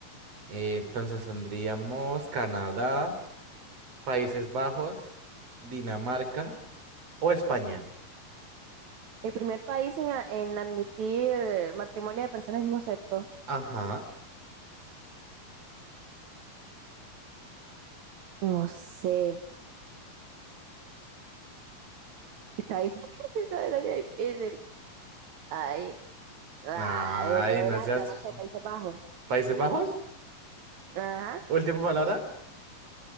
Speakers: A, on the right (about 45°); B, on the right (about 60°).
A: Eh, entonces tendríamos Canadá, Países Bajos, Dinamarca o España.
B: El primer país en, a- en admitir matrimonio de personas del mismo sexo.
A: Ajá.
B: No sé. Está difícil. <laughs> Está difícil. Ay, Ah,
A: Ay,
B: de Holanda,
A: no seas...
B: no sé, Países Bajos.
A: ¿Países Bajos?
B: Ajá,
A: Última palabra.